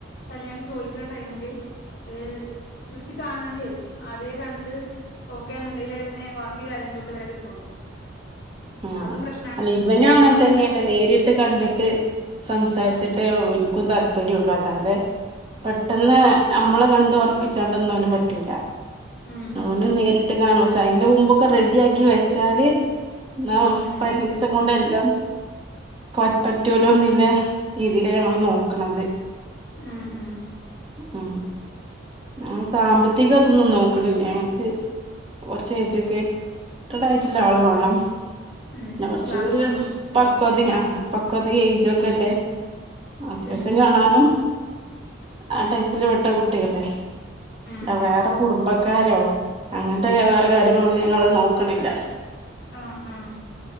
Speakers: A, on the left (about 55°); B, on the right (about 25°).
A: കല്യാണം ചോദിക്കണ ടൈമില് ഇവര് ഇർക്ക് കാണേണ്ടി വരും ആദ്ധ്യേ കണ്ട് ഓക്കെ എന്നുണ്ടെങ്കിലേ പിന്നെ ബാക്കി കാര്യങ്ങൾക്കൊക്കെ വരെ കിട്ടുള്ളൂ
B: ആഹ്
A: അതും പ്രശ്നാണ്
B: അല്ല ഇവനും
A: പിന്നെ
B: അങ്ങനെ
A: ഇവിടെ വന്ന്
B: തന്നെണ്
A: കഴി
B: നേരിട്ട് കണ്ടിട്ട് സംസാരിച്ചിട്ടേ
A: ഉം
B: എനിക്കും താല്പര്യംള്ളു അല്ലാതെ പെട്ടെന്ന് നമ്മളെ കണ്ട് വർ പിച്ചാണ്ടൊന്നും അവന് പറ്റൂല
A: ഉം
B: അവന് നേരിട് ട്ട് കാണും പക്ഷേ അതിന്റെ മുമ്പൊക്കെ റെഡി ആക്കി വെച്ചാല് എന്ന
A: ഉം ഉം
B: പതിനഞ്ചിസം കൊണ്ട് എല്ലാം കൊൻ പറ്റൂലന്നില്ലേ രീതിയില ഞങ്ങള് നോക്കണത്
A: ഉം ഉം
B: ഉം ഞങ്ങള് സാമ്പത്തിക അതൊന്നും നോക്കണില്ല ഞങ്ങക്ക് കുറച്ച് എജ്യൂക്കേറ്റഡ് ആയിട്ടുള്ള ആള് വേണം
A: ഉം
B: ന്ന കൊർച്ചക്കൊരു
A: ഗ്ലാമറും വേണം
B: പക്വതയാ
A: ഉം
B: പക്വതെ ഏയ്ജൊക്കെല്ലേ അത്യാവശ്യം
A: ഉം ഉം
B: കാണാനും ആ
A: ഉം
B: ടൈപ്പില് വിട്ട കുട്ടികളെ
A: ഉം
B: വേറെ
A: ഉം
B: കുടുംബ ക്കാരോ അങ്ങനത്തെ വേറെ കാര്യങ്ങളൊന്നും ഞങ്ങള് നോക്കണില്ല
A: ആഹ് ആഹ്